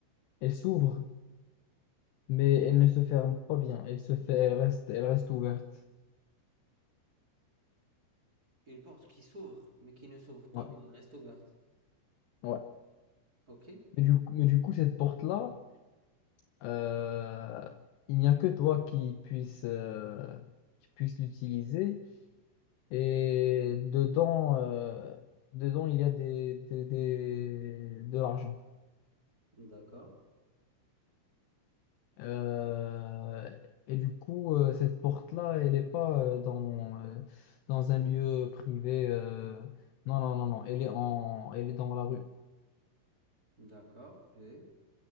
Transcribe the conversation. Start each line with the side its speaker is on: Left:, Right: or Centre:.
Left: Elle s'ouvre, mais elle ne se ferme pas bien. Elle se fait, elle reste, elle reste ouverte.
Right: Une porte qui s'ouvre, mais qui ne s'ouvre pas,
Left: Ouais,
Right: mais elle reste ouverte.
Left: ouais.
Right: Ok?
Left: Mais du, mais du coup, cette porte-là, euh, il n'y a que toi qui puisse, euh, qui puisse l'utiliser. Et dedans, euh, dedans, il y a des, des, des- de l'argent.
Right: D'accord,
Left: Euh, et du coup, euh, cette porte-là, elle n'est pas euh, dans, euh, dans un lieu privé. euh, non, non, non, non. Elle est en, elle est dans la rue.
Right: d'accord. Et